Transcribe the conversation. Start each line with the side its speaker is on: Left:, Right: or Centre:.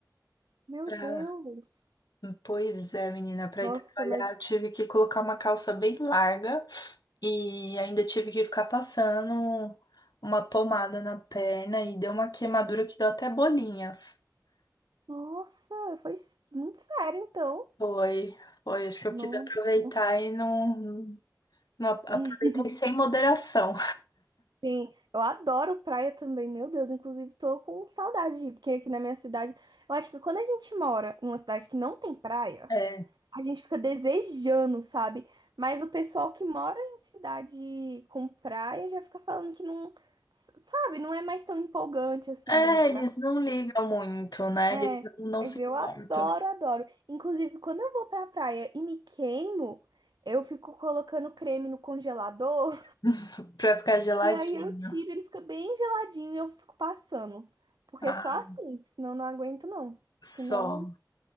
Right: Meu
Left: Pra...
Right: Deus.
Left: Pois é, menina, pra
Right: Nossa,
Left: ir trabalhar
Right: mas.
Left: eu tive que colocar uma calça bem larga e ainda tive que ficar passando uma pomada na perna e deu uma queimadura que deu até bolinhas.
Right: Nossa, foi s- muito sério, então.
Left: Foi, foi, acho que eu
Right: Nossa.
Left: quis aproveitar e não, não aproveitei
Right: Hum,
Left: sem moderação.
Right: Sim, eu adoro praia também, meu Deus. Inclusive, tô com saudade de ir, porque aqui na minha cidade, eu acho que quando a gente mora em uma cidade que não tem praia,
Left: É.
Right: A gente fica desejando, sabe? Mas o pessoal que mora em cidade com praia já fica falando que não, s- sabe, não é mais tão empolgante assim
Left: É,
Right: ir pra.
Left: eles não ligam muito, né?
Right: É,
Left: Eles não, não
Right: mas
Left: se
Right: eu
Left: importam.
Right: adoro, adoro. Inclusive, quando eu vou pra praia e me queimo, eu fico colocando creme no congelador
Left: <laughs> Pra ficar
Right: <laughs>
Left: geladinho.
Right: e aí eu tiro, ele fica bem geladinho e eu fico passando. Porque
Left: Ah,
Right: só assim, senão não aguento não.
Left: só.
Right: Senão,